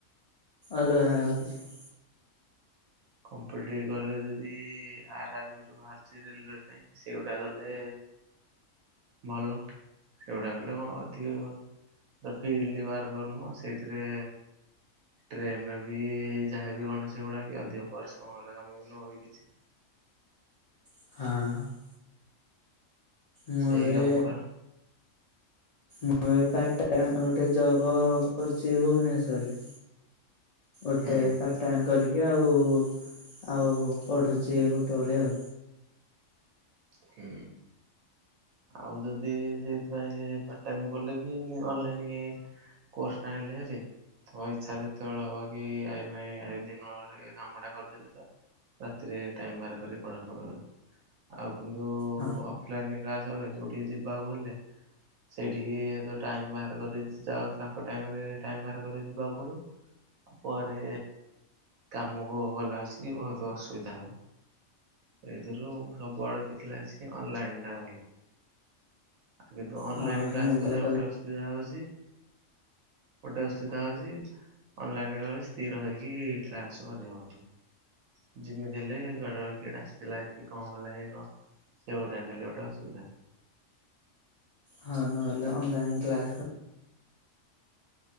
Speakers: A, on the left; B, on the right.
A: ଅଲଗା ଆଉ କିଛି।
B: <unintelligible> କଲେ ଜଦି ଆର ଆର ବି ଯୋଉ ଭାରତୀୟ ରେଲୱେ ପାଇଁ ସେଗୁଡା଼ ଗଲେ ଭଲ ସେଗୁଡା଼ କଲେ କଣ ଅଧିକ ବି ଭଲ। ତ ଫିଲ୍ଡ୍ ବାହାର କରିବ ସେଇଥିରେ ଟ୍ରେନ୍ ରେ ବି ଯାହାବି କଣ ସେଗୁଡ଼ାକ ଅଧିକ ପରିଶ୍ରମର କାମ ବି ନୁହେଁ ବି କିଛି।
A: ହଁ। ମୁଁ
B: ସେଇ
A: ଏବେ
B: କାମଗୁଡ଼ା
A: ମୁଁ ଏବେ ପାର୍ଟ ଟାଇମ୍ ଗୋଟେ ଜବ୍ କରୁଛି ଭୁବନେଶ୍ଵରରେ। ଗୋଟେ
B: ହୁଁ
A: ପାର୍ଟ ଟାଇମ୍ କରିକି ଆଉ ଆଉ ପଢୁଛି ଗୋଟେ ଓଳି ଆଉ।
B: ହୁଁ। ଆଉ ଯଦି ସେଇଥିପାଇଁ ପାର୍ଟ ଟାଇମ୍ ଗଲେ କି ଅନଲାଇନ୍ କୋର୍ସ୍ <unintelligible> ହେରି ତୋ ଇଚ୍ଛା ଯେତେବେଳେ ହବ କି <unintelligible> ଦିନ କାମଟା କରିଦେଲେ ତ। ରାତିରେ ଟାଇମ୍ ବାହାର କରିକି ପଢ଼ାପଢ଼ି ଆଉ କିନ୍ତୁ
A: ହଁ
B: ଅଫଲାଇନ୍ <unintelligible> ଯୋଉଠିକି ଯିବାକୁ ହେଲେ ସେଇଠିକି ଟାଇମ୍ ବାହାର କରି ଯାଉ ତାଙ୍କ ଟାଇମ୍ ରେ ଟାଇମ୍ ବାହାର କରି ଯିବାକୁ ପଡ଼ିବ। ପରେ କାମକୁ ଗଲା ଆସିକି ବହୁତ୍ ଅସୁବିଧା ହବ। ଏଇଥିରୁ ସବୁଆଡ଼େ ଦେଖିଲା ଆସିକି ଅନଲାଇନ୍ ଟା ଭଲ। ଆଉ କିନ୍ତୁ ଅନଲାଇନ୍
A: ହଁ ହେମିତି
B: କ୍ଲାସ୍ କଲେ
A: ହେଲେ
B: ଗୋଟେ ଅସୁବିଧା ହଉଛି। ଗୋଟେ ଅସୁବିଧା ହଉଛି। ଅନଲାଇନ୍ କଲେ ସ୍ଥିର ହେଇକି କ୍ଲାସ୍ କରିହବନି। ଯେମିତି ହେଲେ ଜଣେ କିଏ ଡା଼କିଥିଲା କି କଣ ଗଲା କି କଣ। ସେ ଗୁଡ଼ା ଖାଲି ଗୋଟେ ଅସୁବିଧା।
A: ହଁ ନହେଲେ ଅନଲାଇନ୍ କ୍ଲାସ୍